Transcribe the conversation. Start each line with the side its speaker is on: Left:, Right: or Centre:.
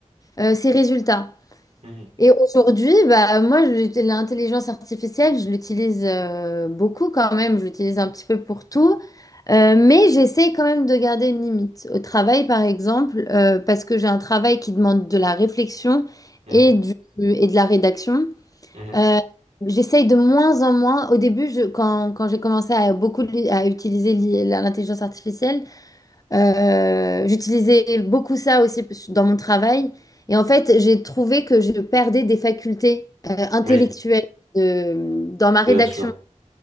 Left: euh, ces résultats.
Right: mhm,
Left: Et aujourd'hui, bah, moi, je- l'intelligence artificielle, je l'utilise euh, beaucoup quand même. Je l'utilise un petit peu pour tout. Euh, mais j'essaie quand même de garder une limite. Au travail, par exemple, euh, parce que j'ai un travail qui demande de la réflexion
Right: mhm,
Left: et, du, et de la rédaction.
Right: mhm.
Left: euh, j'essaye de moins en moins. Au début, je- quand, quand j'ai commencé à beaucoup li- à utiliser l'I- l'intelligence artificielle, euh, j'utilisais beaucoup ça aussi dans mon travail. Et en fait, j'ai trouvé que je perdais des facultés euh, intellectuelles
Right: Oui,
Left: de- dans ma
Right: bien
Left: rédaction.
Right: sûr.